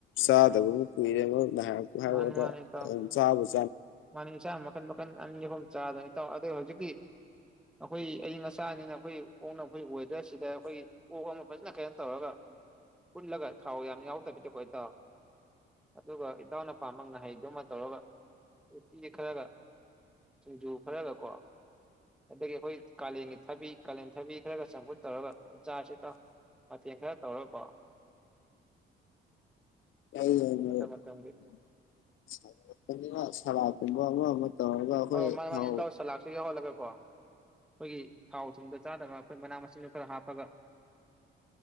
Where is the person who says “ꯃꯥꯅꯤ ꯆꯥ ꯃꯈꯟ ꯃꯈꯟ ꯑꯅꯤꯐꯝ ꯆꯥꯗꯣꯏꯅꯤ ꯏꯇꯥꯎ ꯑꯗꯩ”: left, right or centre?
Centre